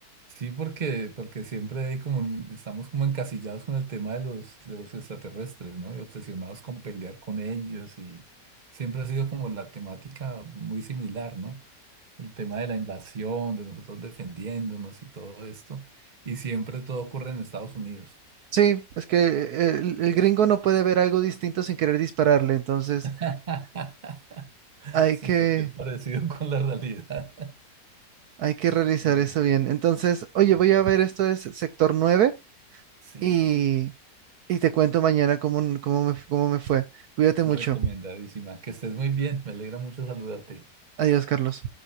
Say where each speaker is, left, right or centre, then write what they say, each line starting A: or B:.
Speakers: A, on the right; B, on the right.
A: Sí, porque, porque siempre hay como un- estamos como encasillados con el tema de los, de los extraterrestres, ¿no? Y obsesionados con pelear con ellos y siempre ha sido como la temática muy similar, ¿no? El tema de la invasión, de nosotros defendiéndonos y todo esto. Y siempre todo ocurre en Estados Unidos.
B: Sí, es que el, el gringo no puede ver algo distinto sin querer dispararle, entonces
A: <laughs>
B: hay
A: Sí,
B: que,
A: cualquier parecido con la realidad.
B: hay que realizar
A: Mm,
B: eso bien. Entonces, oye,
A: no,
B: voy a ver esto es sector nueve
A: Sí,
B: y, y te cuento mañana cómo, cómo me, cómo me fue. Cuídate mucho.
A: recomendadísima. Que estés muy bien. Me alegra mucho saludarte.
B: Adiós, Carlos.